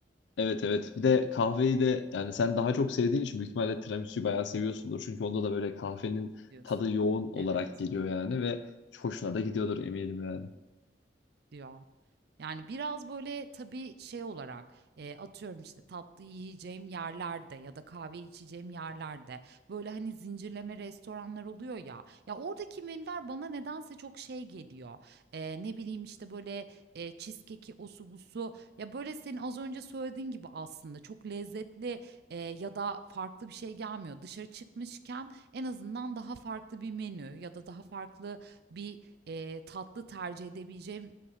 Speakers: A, on the left; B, on the right.
A: Evet evet. Bir de kahveyi de yani sen daha çok sevdiğin için büyük ihtimalle tiramisu'yu bayağı seviyorsundur. Çünkü onda da böyle kahvenin
B: diyorsun.
A: tadı yoğun olarak
B: Evet,
A: geliyor yani ve hoşuna da gidiyordur eminim yani.
B: ya. Yani, biraz, böyle, tabii, şey olarak, eee, atıyorum, işte, tatlı yiyeceğim yerlerde ya da kahve içeceğim yerlerde, böyle, hani, zincirleme restoranlar oluyor ya, ya, oradaki menüler bana nedense çok şey geliyor. Eee, ne bileyim, işte, böyle, eee, cheesecake'i, osu busu, ya, böyle, senin az önce söylediğin gibi aslında çok lezzetli, eee, ya da farklı bir şey gelmiyor. Dışarı çıkmışken en azından daha farklı bir menü ya da daha farklı bir, eee, tatlı tercih edebileceğim